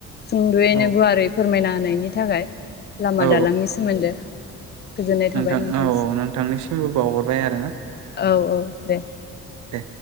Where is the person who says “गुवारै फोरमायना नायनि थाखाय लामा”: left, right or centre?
Left